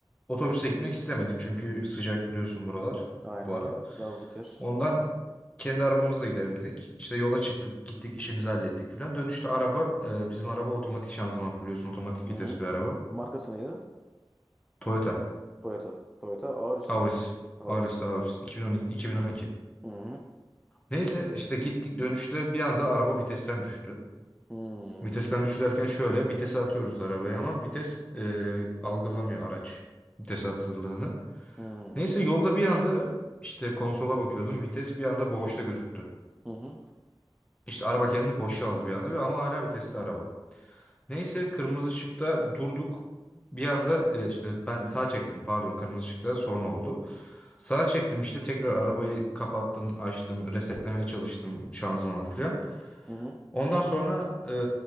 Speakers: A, on the left; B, in the centre.
A: otobüste gitmek istemedik çünkü sıcak biliyorsun buralar
B: Aynen.
A: bu ara.
B: Yazlık yer.
A: Ondan kendi arabamızla gidelim dedik. İşte yola çıktık gittik işimizi hallettik falan. Dönüşte araba e, bizim araba otomatik şanzıman biliyorsun otomatik
B: Hı
A: vites
B: hı.
A: bir araba.
B: Markası neydi?
A: Toyota
B: Toyota. Toyota Auris
A: Auris.
B: mi? Auris.
A: Auris Auris 2012, 2012.
B: Hı hı.
A: Neyse işte gittik dönüşte bir anda araba vitesten düştü.
B: Hı
A: Vitesten düştü derken şöyle vitese atıyoruz arabaya ama vites e, algılamıyor araç vitese atıldığını.
B: hı.
A: Neyse yolda bir anda işte konsola bakıyordum vites bir anda boşta gözüktü.
B: Hı hı.
A: İşte araba kendini boşa aldı bir anda ve ama hala vitesli araba. Neyse kırmızı ışıkta durduk. Bir anda e, işte ben sağ çektim pardon kırmızı ışıkta sonra oldu. Sağa çektim işte tekrar arabayı kapattım açtım resetlemeye çalıştım şanzımanı falan.
B: Hı hı.
A: Ondan sonra e,